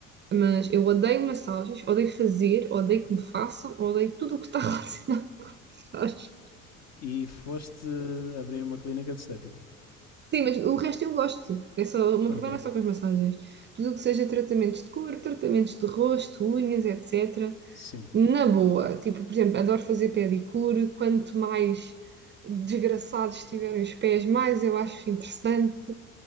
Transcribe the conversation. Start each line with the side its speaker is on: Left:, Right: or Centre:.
Right: mas eu odeio massagens, odeio fazer, odeio que me façam, odeio tudo o que está <laughs> relacionado com massagens.
Left: E foste abrir uma clínica de estética?
Right: Sim, mas o resto eu gosto, é só, o meu
Left: Ok.
Right: problema é só com as massagens. Tudo o que seja tratamentos de cor, tratamentos de rosto, unhas, etc.
Left: Sim.
Right: Na boa, tipo, por exemplo, adoro fazer pedicure. Quanto mais desgraçados estiverem os pés, mais eu acho interessante.